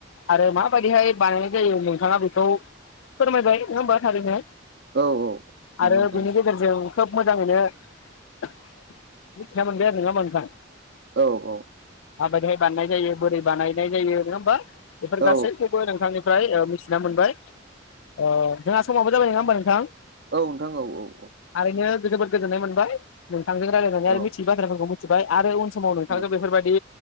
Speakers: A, on the left (about 85°); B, on the right (about 60°).
A: आरो माबायदिहाय बानायनाय जायो नोंथाङा बेखौ फोरमायबाय नङा होमबा थारैनो
B: औ औ नंगौ
A: आरो
B: नोंथां
A: बेनि गेजेरजों खोब मोजाङैनो मिथिनामोनबाय आरो नङा होमबा नोंथां।
B: औ औ।
A: माबायदि हाय बानायनाय जायो बोरै बानायनाय जायो नङा होमबा बेफोर
B: औ
A: गासैखौबो नोंथांनिफ्राय थिना मोनबाय ओ जोंहा समाबो जाबाय नङा होमबा नोंथां।
B: औ नोंथां औ औ औ।
A: थारैनो जोबोद गोजोननाय मोनबाय नोंथांजों रायलायनानै
B: औ
A: आरो मिथियै बाथ्रा फोरखौ मिथिबाय आरो। समाव नोंथांखौ
B: औ
A: बेफोरबायदि